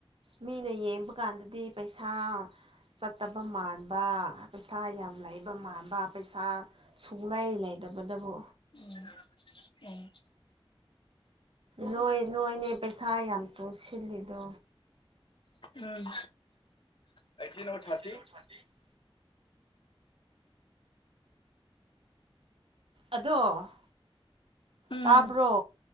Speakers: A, on the right (about 65°); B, on the left (about 55°).
A: ꯃꯤꯅ ꯌꯦꯡꯕ ꯀꯥꯟꯗꯗꯤ ꯄꯩꯁꯥ ꯆꯠꯇꯕ ꯃꯥꯟꯕ ꯄꯩꯁꯥ ꯌꯥꯝ ꯂꯩꯕ ꯃꯥꯟꯕ ꯄꯩꯁꯥ ꯁꯨꯡꯂꯩꯏ ꯂꯩꯇꯕꯗꯕꯨ
B: <inaudible> ꯎꯝ
A: ꯅꯣꯏ ꯅꯣꯏꯅꯦ ꯄꯩꯁꯥ ꯌꯥꯝ ꯇꯨꯡꯁꯤꯜꯂꯤꯗꯣ
B: ꯎꯝ <unintelligible>
A: <unintelligible> ꯑꯗꯣ
B: ꯎꯝ
A: ꯇꯥꯕ꯭ꯔꯣ